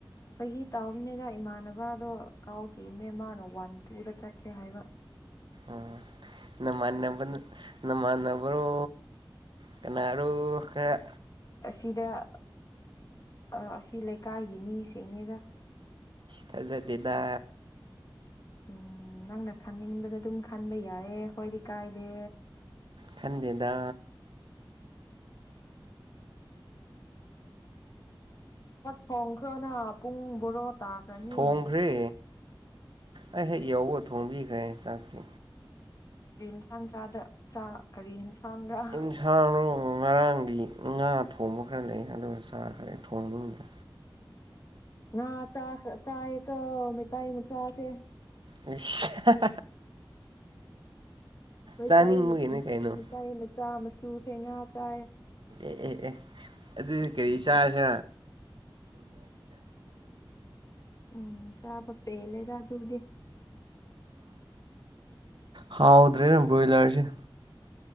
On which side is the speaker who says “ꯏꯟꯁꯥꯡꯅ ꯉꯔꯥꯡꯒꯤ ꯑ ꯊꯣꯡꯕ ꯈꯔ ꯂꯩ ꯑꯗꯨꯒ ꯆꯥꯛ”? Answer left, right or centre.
Right